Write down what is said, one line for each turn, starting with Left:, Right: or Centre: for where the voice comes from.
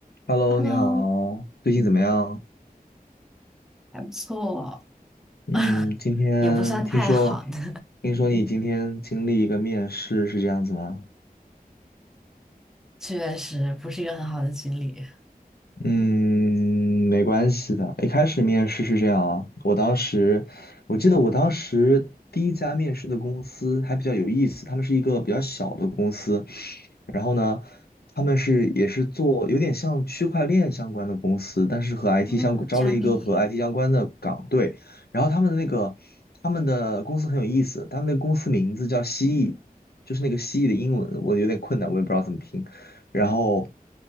Left: Hello，
Centre: Hello，
Left: 你好，最近怎么样？
Centre: 嗯，还不错，
Left: 嗯，
Centre: <laughs>
Left: 今天听说，
Centre: 也不算太好的，
Left: 听说你今天经历一个面试，是这样子吗？
Centre: <laughs> 确实不是一个很好的经历。
Left: 嗯，没关系的。一开始面试是这样啊，我当时，我记得我当时第一家面试的公司还比较有意思，他们是一个比较小的公司，然后呢，他们是也是做有点像区块链相关的公司，但是和 IT
Centre: 哦，
Left: 相招了一个和
Centre: 加密、
Left: IT 相关的岗队。然后他们的那个他们的公司很有意思，他们的公司名字叫蜥蜴，就是那个蜥蜴的英文我有点困难，我也不知道怎么拼。然后